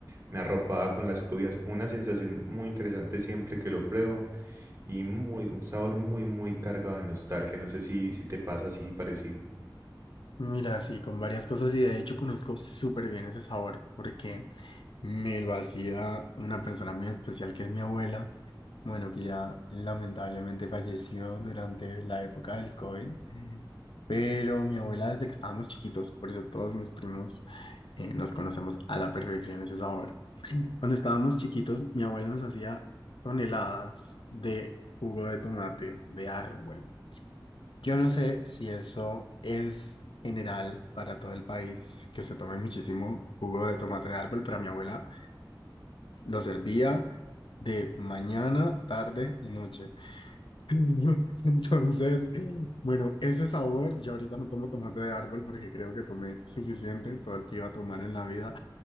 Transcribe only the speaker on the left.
Mira, sí, con varias cosas y de hecho conozco súper bien ese sabor porque me lo hacía una persona muy especial que es mi abuela. Bueno, que ya lamentablemente falleció durante la época del COVID, pero mi abuela desde que estábamos chiquitos, por eso todos mis primos eh, nos conocemos a la perfección ese sabor. Cuando estábamos chiquitos, mi abuela nos hacía toneladas de jugo de tomate de árbol. Yo no sé si eso es general para todo el país, que se tome muchísimo jugo de tomate de árbol, pero mi abuela lo servía de mañana, tarde y noche. <laughs> Entonces, bueno, ese sabor, ya ahorita no tomo tomate de árbol porque creo que tomé suficiente, todo el que iba a tomar en la vida,